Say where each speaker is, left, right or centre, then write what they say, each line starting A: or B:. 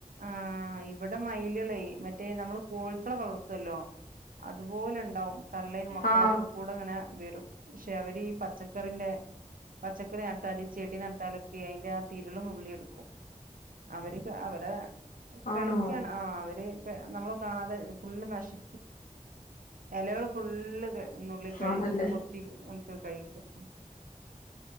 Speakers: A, on the right; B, on the left.
A: ആഹ് ഇവെടെ മയിലെളെ മറ്റേ നമ്മെൾ കോഴിക്കെളെ വളർത്തോല്ലോ? അതുപോലെ ഇണ്ടാവും തള്ളയും മക്കളൊക്കെ
B: ആ
A: കൂടെ ഇങ്ങനെ വെരും. പക്ഷെ അവര് ഈ പച്ചക്കറിന്റെ പച്ചക്കറി നട്ടാൽ ഈ ചെടി നട്ടാലൊക്കെ അയിന്റെ ആ തിരെൾ നുള്ളി എടുക്കും അവര് അവർ <unintelligible>
B: ആണോ
A: കഴിക്കാണ് ആഹ് അവെര് പേ നമ്മെൾ കാണാതെ ഫുള്ള് നശി ഹലോ ഫുൾ <unintelligible> നുള്ളി കഴിയും
B: ആണല്ലേ
A: കൊത്തി <unintelligible> <unintelligible> കഴിക്കും